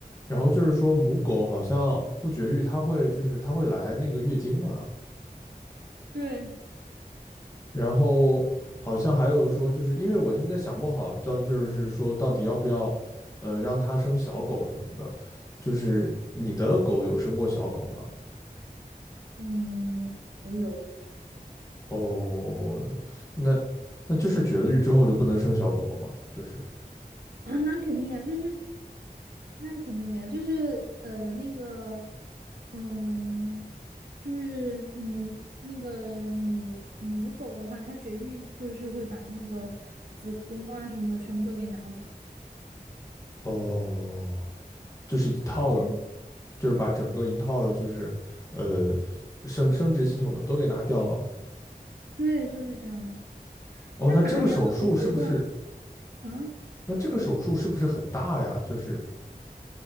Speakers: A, on the left; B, on the right.
A: 然后就是说，母狗好像不绝育，它会就是它会来那个月经嘛，
B: 对。
A: 然后好像还有说，就是因为我现在想不好，到就是说到底要不要，呃，让它生小狗什么的。就是你的狗有生过小狗吗？
B: 嗯，没有
A: 哦，那那就是绝了育之后就不能生小狗了吗？就是
B: 啊，那肯定呀，就是那肯定的呀，就是呃那个，嗯，就是女那个母母狗的话，它绝育就是会把那个子宫啊什么的全部都给拿走。
A: 哦，就是一套的，
B: 对，
A: 就是把整个一套的，就是呃生生殖系统的都给拿掉了。
B: 对，就是这样的。
A: 哦，
B: 它拿掉了，
A: 那这个手术是不是？
B: 我觉得，啊。
A: 那这个手术是不是很大呀？就是